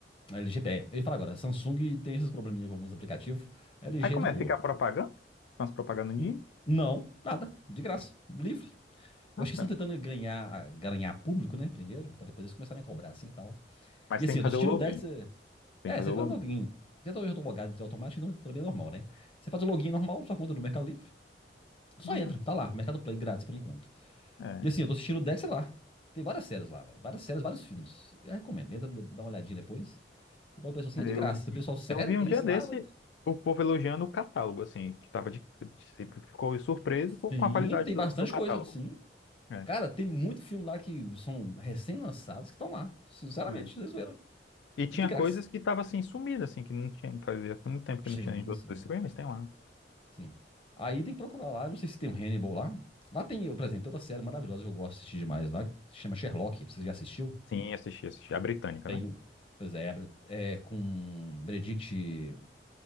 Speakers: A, on the left; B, on the left.
A: A LG, é, eu ia falar agora, a Samsung tem esses probleminha com alguns aplicativos. A LG
B: Aí como
A: é de
B: é?
A: boa.
B: Fica a propaganda? Fica umas propagandas de...
A: N- não, nada, de graça, livre.
B: Caramba.
A: Eu acho que estão tentando ganhar, ganhar público, né? Primeiro, para depois eles começarem a cobrar, assim e tal.
B: Mas
A: E
B: tem
A: assim,
B: que
A: eu
B: fazer
A: tô assistindo
B: o login.
A: o Dex. é-
B: Tem
A: É,
B: que fazer
A: você
B: o
A: faz
B: login.
A: login. Já tô, já tô logado de automático, então pra mim é normal, né? Você faz o login normal, sua conta é do Mercado Livre. Só
B: Ah,
A: entra, tá lá, Mercado Play, grátis por enquanto.
B: é.
A: E assim, eu tô assistindo o Dex lá. Tem várias séries lá, velho. Várias séries, vários filmes. Eu recomendo, entra, dá uma olhadinha depois. E o pessoal assim,
B: É,
A: é de graça.
B: Eu vi,
A: O pessoal, sério,
B: eu vi
A: tem
B: um dia
A: isso
B: desse
A: lá? Mas...
B: o povo elogiando o catálogo, assim, que tava de, de- ficou surpreso com
A: Sim,
B: com a qualidade
A: tem
B: do,
A: bastante
B: do catálogo.
A: coisa, sim.
B: É,
A: Cara, tem muito filme lá que são recém-lançados que estão lá. Sinceramente,
B: é.
A: vocês viram.
B: E tinha
A: E de graça.
B: coisas que tava assim sumida assim, que não tinha, fazia muito tempo que
A: Sim,
B: não tinha em outros
A: sim,
B: streams, tem lá.
A: sim. Aí tem que procurar lá, não sei se tem um Hannibal lá. Lá tem, por exemplo, tem outra série maravilhosa que eu gosto de assistir demais lá, que se chama Sherlock, não sei se você já assistiu.
B: Sim, assisti, assisti. A britânica,
A: Tem,
B: né?
A: pois é, é com Benedict,